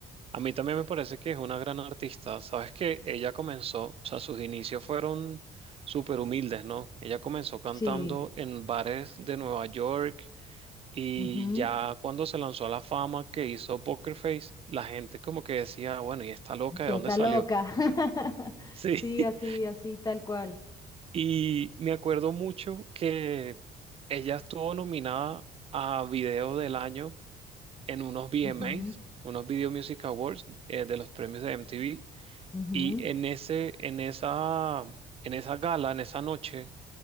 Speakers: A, on the right; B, on the left.
A: A mí también me parece que es una gran artista. Sabes que ella comenzó, o sea, sus inicios fueron súper humildes, ¿no? Ella comenzó cantando
B: Sí.
A: en bares de Nueva York Y
B: ujú.
A: ya cuando se lanzó a la fama que hizo Poker Face, la gente como que decía, bueno, ¿y esta loca
B: Que
A: de dónde
B: está
A: salió?
B: loca. <laughs>
A: Sí.
B: Sí,
A: <laughs>
B: así, así, tal cual.
A: Y me acuerdo mucho que ella estuvo nominada a Video del Año en unos VMAs,
B: Ujú,
A: unos Video Music Awards eh, de los premios de MTV.
B: ujú.
A: Y en ese, en esa, en esa gala, en esa noche,